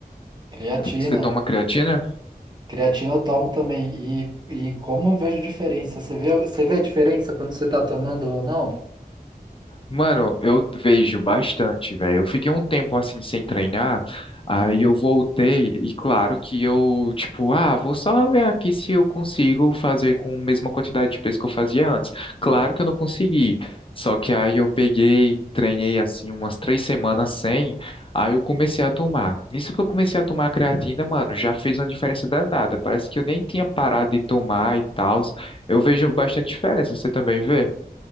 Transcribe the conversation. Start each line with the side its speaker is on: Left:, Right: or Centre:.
Right: Creatina.
Left: Você toma creatina?
Right: Creatina eu tomo também. E, e como eu vejo diferença? Você vê, você vê a diferença quando você está tomando ou não?
Left: Mano, eu vejo bastante, velho. Eu fiquei um tempo assim sem treinar,
Right: Uhum.
Left: aí eu voltei e claro que eu, tipo, ah, vou só ver aqui se eu consigo fazer com a mesma quantidade de peso que eu fazia antes. Claro que eu não consegui. Só que aí eu peguei, treinei assim umas três semanas sem, aí eu comecei a tomar. Nisso que eu comecei a tomar a creatina, mano, já fez uma diferença danada. Parece que eu nem tinha parado de tomar e tal. Eu vejo bastante diferença, você também vê?